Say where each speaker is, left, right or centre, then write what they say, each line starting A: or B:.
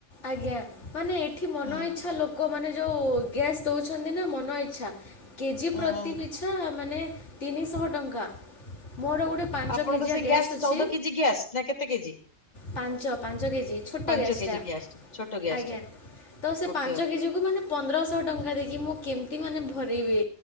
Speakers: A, on the left (about 65°); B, on the left (about 35°).
A: ଆଜ୍ଞା ମାନେ ଏଠି ମନ
B: ହୁଁ।
A: ଇଚ୍ଛା ଲୋକ ଲୋକ ମାନେ ଯୋଉ ଗ୍ୟାସ୍ ଦଉଛନ୍ତି ନା ମନ ଇଛା କେଜି
B: ଉଁ
A: ପ୍ରତି ବି ପିଛା ମାନେ ତିନିଶହ ଟଙ୍କା। ମୋର ଗୋଟେ ପାଞ୍ଚ
B: ଆପଣଙ୍କ
A: କେଜିଆ
B: ସେ
A: ଗ୍ୟାସ୍
B: ଗ୍ୟାସଟି
A: ଅଛି।
B: ଚଉଦ କେଜି ଗ୍ୟାସ୍ ନା କେତେ କେଜି?
A: ପାଞ୍ଚ ପାଞ୍ଚ କେଜି ଛୋଟ
B: ପାଞ୍ଚ
A: ଗ୍ୟାସ
B: କେଜି
A: ଟା।
B: ଗ୍ୟାସ୍ ଛୋଟ ଗ୍ୟାସ୍
A: ଆଜ୍ଞା
B: ଟା
A: ତ ସେ
B: ଓକେ
A: ପାଞ୍ଚ
B: ଓକେ।
A: କେଜିକୁ ମାନେ ପନ୍ଦରଶହ ଟଙ୍କା ଦେଇକି ମୁଁ କେମିତି ମାନେ ଭରିବି।